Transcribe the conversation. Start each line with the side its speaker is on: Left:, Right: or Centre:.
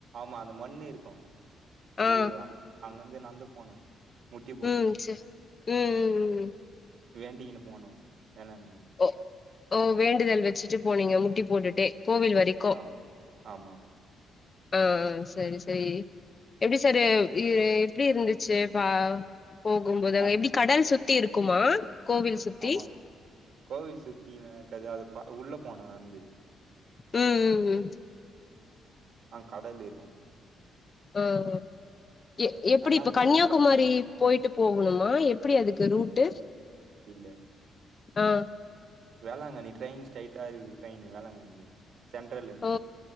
Right: ஆமா அந்த மண்ணு இருக்கு
Left: ஆ
Right: இது அங்கருந்து நடந்து போனு முட்டி போட்னு
Left: ம் செ ம் ம் ம்
Right: வேண்டிகின்னு போனோ வேளாங்கண்ணி
Left: ஓ ஓ வேண்டுதல் வச்சுட்டு போனீங்க முட்டி போட்டுட்டே கோவில் வரைக்கு
Right: ஆ ஆமா
Left: ஆ ஆ சரி சரி எப்டி சார் இரு எப்டி இருந்துச்சு பா போகும்போதுங்க
Right: ஆ,
Left: எப்டி கடல் சுத்தி இருக்குமா கோவில் சுத்தி
Right: ஆமா கோவில் சுத்தில்லா இருக்காது அது பா உள்ள போனு நந்து
Left: ம் ம் ம்
Right: ஆ கடல் இருக்கு
Left: ம் ம் எ எப்புடி
Right: நல்லா
Left: இப்ப
Right: இருக்கும்
Left: கன்யாகுமாரி
Right: சூப்பரா இருக்கும்
Left: போய்ட்டு போகணுமா எப்புடி அதுக்கு ரூட்டு
Right: அ
Left: ஆ
Right: வேளாங்கண்ணி ட்ரெய்ன் ஸ்ட்ரெய்ட்டா இருக்கு ட்ரெய்னு வேளாங்கண்ணிக்கு சென்ட்ரல்ல இருந்து
Left: ஓ